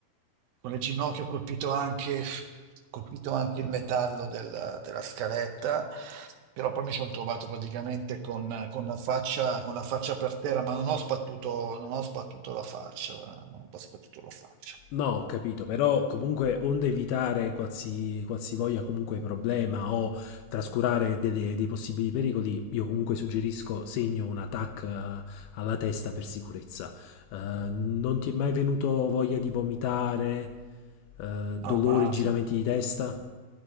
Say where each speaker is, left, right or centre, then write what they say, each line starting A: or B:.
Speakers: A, on the right; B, on the left.
A: con il ginocchio ho colpito anche, ho colpito anche il metallo del- della scaletta, però poi mi sono trovato praticamente con, con la faccia, con la faccia per terra, ma non ho sbattuto, non ho sbattuto la faccia, guarda, non ho sbattuto la faccia.
B: No, ho capito, però comunque onde evitare qualsi, qualsivoglia comunque problema o trascurare delle- dei possibili pericoli, io comunque suggerisco segno una TAC eh, alla testa per sicurezza. Eh, non ti è mai venuto voglia di vomitare, eh, dolori,
A: No, ma
B: giramenti di testa?